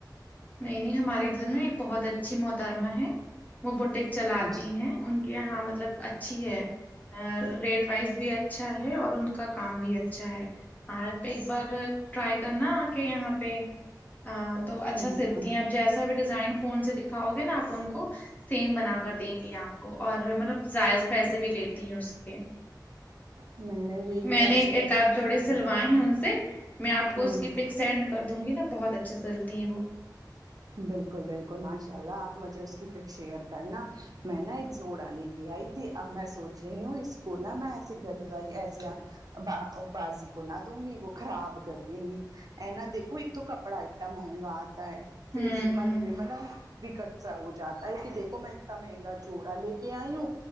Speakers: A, on the left (about 20°); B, on the right (about 55°).
A: نہیں نہیں ہمارے ادھر نا ایک بہت اچھی محترمہ ہے وہ بوٹیک چلاتی
B: جی
A: ہیں ان کہ ہاں مطلب اچھی ہے ریٹ وائز بھی اچھا ہے اور ان کا کام بھی اچھا ہے ہاں ایک بار ٹرائی کرنا آ کے یہاں پہ تو ا اچ
B: ہ
A: تی ہیں اپ جیسا بھی ڈیزائن فون سے دکھاؤ گے ناپ ان کو سیم بنا کر دیں گی آپ کو اور ملب جائز پیسے بھی لیتی ہیں اس کے
B: نہیں نہیں یہی
A: میں نے
B: ایسی
A: ایک
B: ہو
A: آاتھ جوڑے سلوائے ہیں ان سے میں آپ کو اس
B: ہ
A: کی پک سینڈ کر دوں گی نا بہت اچھے سیلتی ہیں وہ
B: بالکل بالکل ماشاء اللہ آپ مجھے اس پک شیئر کرنا میں نا ایک زوڑا لے کے آئی تھی اب میں سوچ رہی ہوں اس کو نہ میں ایسی گلی والی ایسے بازی کو نہ دوں گی وہ خراب کر دیں گی ا نہ دیکھو ایک تو کپڑا اتنا مہنگا آتا ہے فھرزی
A: ہوں ہوں
B: منے بناؤ بھیکٹ سا ہو جاتا ہے کہ دیکھو میں اتنا مہنگا جوڑا لے کے آئی ہوں